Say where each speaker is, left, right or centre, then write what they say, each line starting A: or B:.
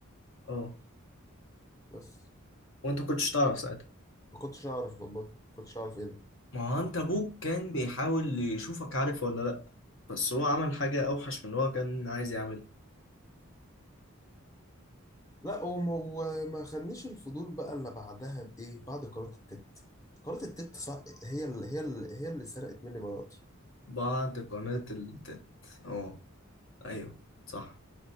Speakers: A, on the left; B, on the left.
A: اه
B: بس
A: وانت ما كنتش تعرف ساعتها
B: ما كنتش أعرف والله ما كنتش أعرف إيه ده
A: ما هو انت ابوك كان بيحاول يشوفك عارف ولا لا بس هو عمل حاجة اوحش من اللي هو كان عايز يعملها
B: لا وما وما خدنيش الفضول بقى إلا بعدها بإيه بعد قناة التت قناة التت صح هي اللي هي اللي هي اللي سرقت مني بقى
A: بعد قناة التت اه ايوه صح